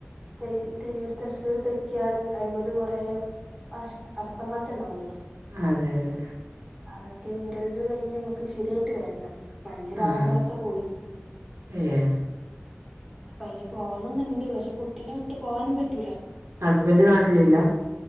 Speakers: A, in the centre; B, on the right (about 80°).
A: തൈ തെനിയൊരു തഫ്സീർ തെറ്റിയാൽ അയ്മന്ന് കൊറേ വഷ് അർത്ഥം മാറ്റംണ്ടാവൊല്ലോ
B: അതെ അതെ
A: അതൊക്കെ ഇന്റർവ്യൂ കയ്ഞ്ഞ് നമ്ക്ക് ശരിയായിട്ട് വര്നം അപ്പ അയ്നെര്
B: ആഹ്
A: ആറു മാസ്ത്തെ കോയിസാ
B: ഏഹ്
A: പ്പയ്ന് പോവണംന്ന്ണ്ട് പഷെ കുട്ടിനെ വിട്ട് പോവാനും പറ്റൂല
B: ഹസ്ബൻ്റ് നാട്ടിലില്ല